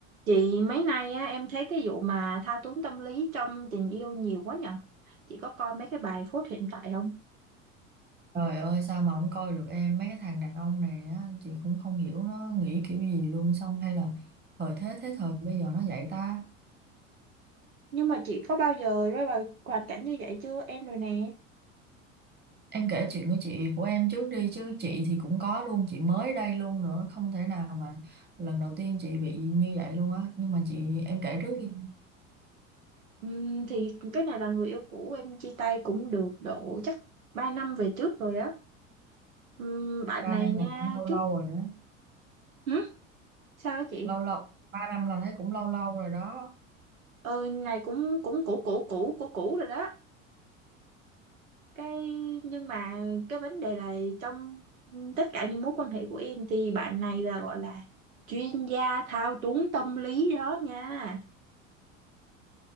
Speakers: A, on the right (about 85°); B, on the right (about 25°).
A: Chị mấy nay á, em thấy cái vụ mà thao túng tâm lý trong tình yêu nhiều quá nhờ. Chị có coi mấy cái bài phút hiện tại không?
B: Trời ơi sao mà không coi được em mấy cái thằng đàn ông này á chị cũng không hiểu nó nghĩ kiểu gì luôn xong hay là thời thế thế thời bây giờ nó vậy ta
A: Nhưng mà chị có bao giờ rơi vào hoàn cảnh như vậy chưa em rồi nè.
B: em kể chuyện của chị của em trước đi chứ chị thì cũng có luôn chị mới đây luôn nữa không thể nào mà lần đầu tiên chị bị như vậy luôn á nhưng mà chị em kể trước đi
A: Ừm, thì cái này là người yêu cũ em chia tay cũng được độ chắc 3 năm về trước rồi á. Ừm, bạn
B: ba
A: này
B: năm
A: nha
B: là cũng lâu
A: trước
B: lâu rồi đó
A: hử? Sao á chị?
B: lâu lâu ba năm là thấy cũng lâu lâu rồi đó
A: Ừ này cũng cũng cũ cũ cũ cũ cũ rồi đó. cái nhưng mà cái vấn đề là trong ừ, tất cả những mối quan hệ của em thì bạn này là gọi là chuyên gia thao túng tâm lý đó nha